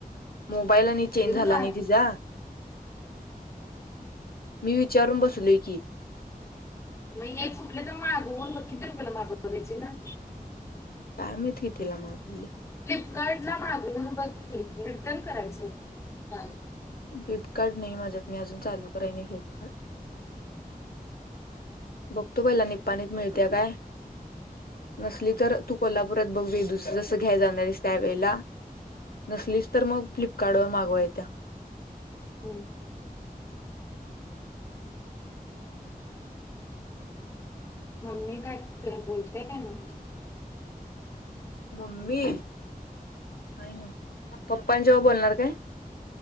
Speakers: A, on the left; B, on the left.
A: मोबाईल आणि चेंज
B: लिंक
A: झाला
B: आण
A: नाही तिचा. मी विचारून बसलोय की.
B: नाहीये कुठल तर मागवून बग की किती रुपय ला मागवली तिनं
A: काय माहिती कीतिला मागवल्या
B: फ्लिपकार्ट ला मागून बघकी रिटर्न करायचं का
A: फ्लिपकार्ट नाही माझ्यात मी अजून चालू कराय नाही फ्लिपकार्ट बघ तो पहिला निपपाणीत मिळते्या काय नसली तर तू कोल्हापुरात बघ ब वेदु जसं घ्यायला जाणारस त्यावेेळेला नसलीच तर मग फ्लिपकार्टवर मागवा येत्या
B: हम् <unintelligible> मम्मी काय कराल्या बोलतय काय नाही
A: मम्मी आहे ना पप्पां च्यावर बोलणार काय